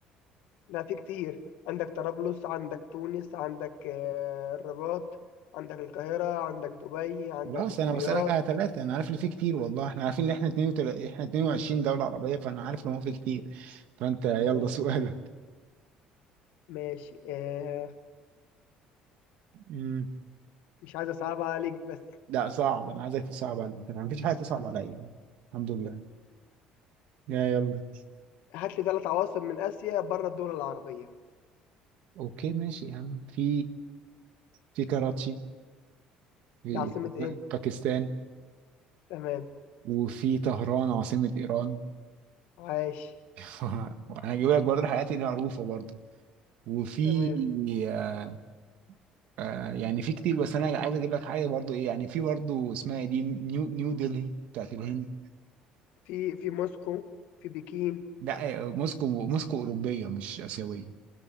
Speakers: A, on the left; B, on the right.
A: لا في كتير عندك طرابلس عندك تونس عندك آه، الرباط عندك القاهرة عندك دبي عندك
B: خلاص
A: الرياض
B: انا بسألك على ثلاثة انا عارف اللي فيه كتير والله احنا عارفين ان احنا 22 احنا 22 دولة عربية فانا عارف ان هو فيه كتير فانت يلا
A: تمام
B: سؤالك
A: ماشي آه
B: مم.
A: مش عايز أصعب عليك بس
B: لا صعب انا عايزك تصعب عليا ما فيش حاجة تصعب عليا الحمد لله يا يلا
A: هات لي ثلاث عواصم من آسيا بره الدول العربية
B: اوكي ماشي يا عم في في كراتشي في
A: دي عاصمة إيه؟
B: باكستان
A: تمام
B: وفي طهران عاصمة ايران
A: عايش
B: <laughs> وانا هجيب لك برضه الحاجات اللي معروفة برضه وفي
A: تمام
B: آه، آه، يعني في كتير بس انا عايز اجيب لك حاجة برضه ايه يعني في برضه اسمها ايه دي نيو نيو دلهي بتاعت الهند
A: في في موسكو في بكين
B: لا آه، موسكو موسكو اوروبية مش اسيوية